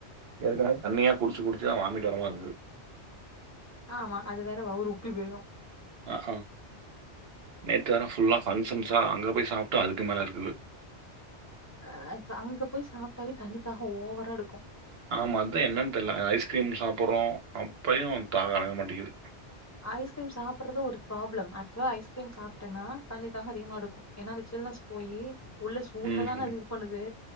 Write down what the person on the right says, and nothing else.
ஏற்கனவே தண்ணியா குடுச்சு குடுச்சுதா வாமிட் வரமாறி இருக்கு
ஆஹா நேத்து வேற ஃபுல்லா ஃபங்க்ஷன்ஸா அங்க போய் சாப்ட்டு அதுக்கு மேல இருக்குது
ஆமா அதா என்னனு தெர்ல ஐஸ்கிரீம் சாப்டுறோ அப்பயும தாக அடங்க மாட்டிங்குது
ம்